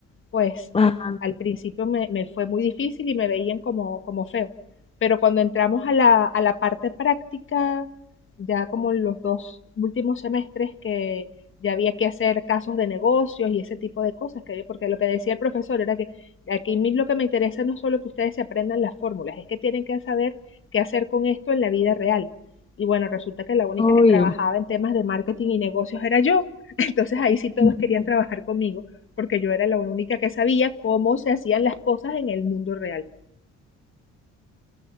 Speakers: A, on the left; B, on the left.
A: pues
B: Ah,
A: al principio me, me, fue muy difícil y me veían como, como feo. Pero cuando entramos a la, a la parte práctica, ya como los dos últimos semestres que ya había que hacer casos de negocios y ese tipo de cosas, que, porque lo que decía el profesor era que aquí lo que me interesa no es solo que ustedes se aprendan las fórmulas, es que tienen que saber qué hacer con esto en la vida real. Y bueno, resulta que la única
B: obvio.
A: que trabajaba en temas de marketing y negocios era yo. <laughs> Entonces ahí sí todos
B: <laughs>
A: querían trabajar conmigo, porque yo era la única que sabía cómo se hacían las cosas en el mundo real.